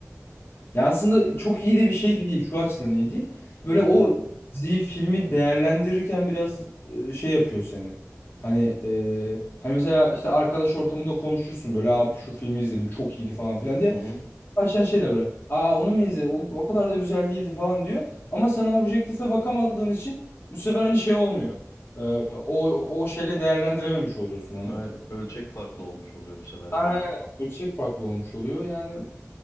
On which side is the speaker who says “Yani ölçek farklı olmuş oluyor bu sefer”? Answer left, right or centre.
Left